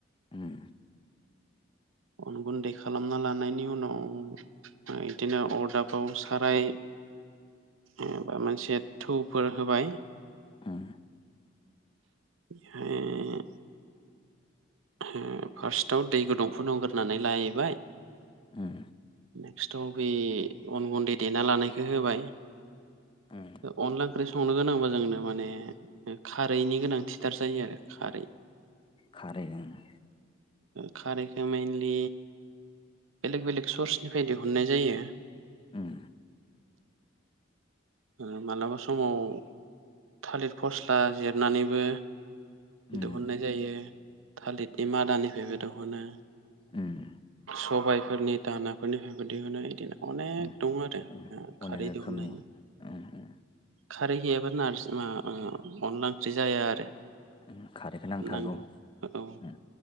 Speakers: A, on the left (about 25°); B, on the right (about 85°).
A: उम
B: अन गुन्दै खालामना लानायनि उनाव ओ इदिनो अरदाबाव साराय
A: <inaudible>
B: एबा मोनसे थौफोर होबाय
A: उम
B: ए उमहु फार्स्टाव दै गुदुं फुदुं ग्रोनानै लायो बाय
A: उम
B: नेक्सताव बे अन गुन्दै देना लानायखो होबाय
A: उम
B: ओ अनला ओंख्रि संनो गोनांबा जोंनो माने खारैनि गोनांथिथार जायो आरो खारै।
A: खारैजों ओं
B: खारैखौ मेनलि बेलेग बेलेग सर्सनिफ्राय दिहुननाय जायो
A: उम
B: ओ मालाबा समाव थालिर फस्ला जिरनानैबो
A: उम
B: दिहुननाय जायो थालितनि मादानिफायबो दहनो
A: उम
B: सबाय फोरनि दानाफोरनिफ्रायबो दिहुनाय बिदिनो अनेक
A: उम
B: दङ आरो
A: उम अनेक
B: खारै
A: रोखोमनि
B: दिहुननाय
A: उम उम
B: खारै गैयाबा नारजि ओ ओ अनला ओंख्रै जाया आरो
A: उम खारैखो नांथारगौ
B: नांगौ ओ-औ
A: उम